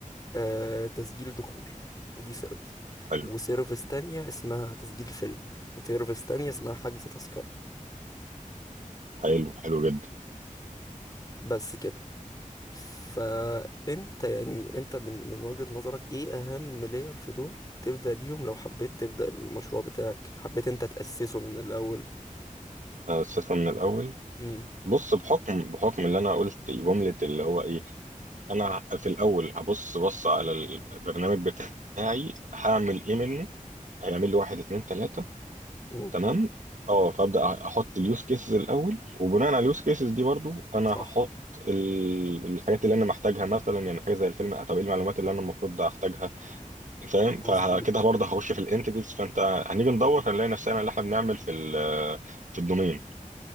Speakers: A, on the left (about 25°); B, on the right (about 65°).
A: آه تسجيل دخول ودي سيرفيس
B: حلو
A: وسيرفيس تانية اسمها تسجيل فيلم وسيرفيس تانية اسمها حجز تذكرة
B: حلو حلو جدا
A: بس كده فانت يعني انت من من وجهة نظرك ايه اهم لاير في دول تبدأ بيهم لو حبيت تبدأ المشروع بتاعك حبيت انت تأسسه من الاول
B: اسسها من الاول
A: امم
B: بص بحكم بحكم اللي انا قلت جمله اللي هو ايه انا في الاول هبص بص على البرنامج بتاعي هعمل ايه منه هيعمل لي واحد اتنين تلاتة
A: امم
B: تمام اه فابدا احط اليوز كيسز الاول وبناء على اليوز كيسز دي برضو انا هحط
A: صح
B: ال- الحاجات اللي انا محتاجها مثلا يعني حاجه زي الفيلم طب ايه المعلومات اللي انا المفروض احتاجها فاهم فكده
A: مظبوط
B: برضه هخش في الانتيتيز فانت هنيجي ندور هنلاقي نفسنا اللي احنا بنعمل في ال- في الدومين